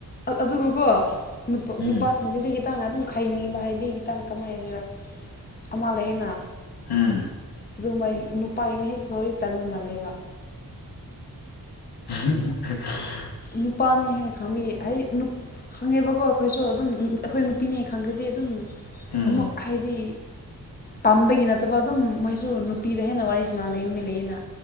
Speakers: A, on the left; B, on the left.
A: ꯑꯗꯨꯕꯨꯀꯣ
B: ꯎꯝ
A: ꯅꯨꯄꯥꯁꯤꯡꯁꯤꯗꯤ ꯈꯤꯇꯪꯅ ꯑꯗꯨꯝ ꯈꯥꯏꯅꯤꯡꯕ ꯍꯥꯏꯅꯤ ꯑꯩ ꯈꯤꯇꯪ ꯀꯃꯥꯏꯅ ꯍꯥꯏꯁꯤꯔ ꯑꯃ ꯂꯩꯌꯦꯅ
B: ꯎꯝ
A: ꯑꯗꯨꯒꯨꯝꯕ ꯅꯨꯄꯥ ꯑꯃ ꯍꯦꯛꯁꯨꯔꯤ ꯇꯜꯂꯃꯜꯂꯦꯕ
B: ꯎ
A: ꯅꯨꯄꯥꯅꯤ ꯍꯥꯏ ꯈꯃꯤ ꯍꯥꯏ ꯅꯨ ꯈꯪꯉꯦꯕꯀꯣ ꯑꯩꯈꯣꯏꯁꯨ ꯑꯗꯨꯝ ꯑꯩꯈꯣꯏ ꯅꯨꯄꯤꯅꯦ ꯈꯪꯈ꯭ꯔꯗꯤ ꯑꯗꯨꯝ
B: ꯎꯝ
A: ꯎꯃꯛ ꯍꯥꯏꯩꯗꯤ ꯄꯥꯝꯕꯒꯤ ꯅꯠꯇꯕ ꯑꯗꯨꯝ ꯃꯣꯏꯁꯨ ꯅꯨꯄꯤꯗ ꯍꯦꯟꯅ ꯋꯥꯔꯤꯁꯨ ꯅꯥꯅ ꯌꯨꯝ ꯃꯤ ꯂꯩꯅ